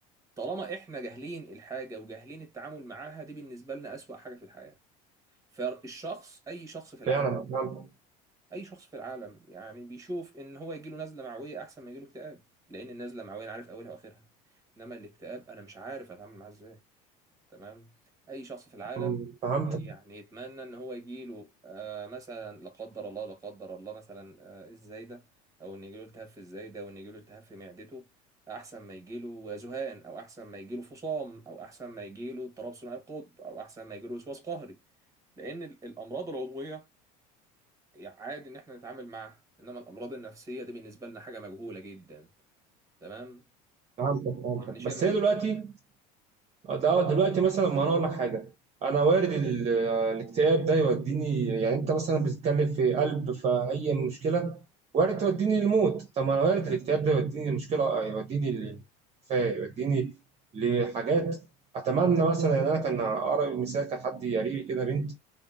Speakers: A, on the right; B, on the right.
A: طالما احنا جاهلين الحاجه وجاهلين التعامل معاها دي بالنسبه لنا اسوأ حاجه في الحياه فالشخص اي شخص في العالم
B: فعلا فهمت
A: اي شخص في العالم يعني بيشوف ان هو يجيله نزله معويه احسن ما يجيله اكتئاب لان النزله المعويه انا عارف اولها واخرها انما الاكتئاب انا مش عارف اتعامل معاه ازاي تمام اي شخص في العالم
B: مم. فهمتك
A: يعني يتمنى ان هو يجيله آه مثلا لا قدر الله لا قدر الله مثلا آه الزايده او ان يجيله التهاب في الزايده او ان يجيله التهاب في معدته احسن ما يجيله ذهان او احسن ما يجيله فصام او احسن ما يجيله اضطراب ثنائي القطب او احسن ما يجيله وسواس قهري لان ال- الامراض العضويه يعني عادي ان احنا نتعامل معاها انما الامراض النفسيه دي بالنسبه لنا حاجه مجهوله جدا تمام
B: فهمتك فهمتك
A: يعني شيء
B: بس
A: ما
B: هي
A: يقوس
B: دلوقتي
A: منه.
B: آه، ده دلوقتي مثلا ما انا اقول لك حاجه انا وارد ال- آه، الاكتئاب ده يوديني يعني انت مثلا بتتكلم في قلب فاي مشكله وارد توديني الموت طب ما انا وارد الاكتئاب ده يوديني المشكله آه، يوديني للوفاه يوديني لحاجات اتمنى مثلا يعني انا كان اقرب مثال كان حد قريبي كده بنت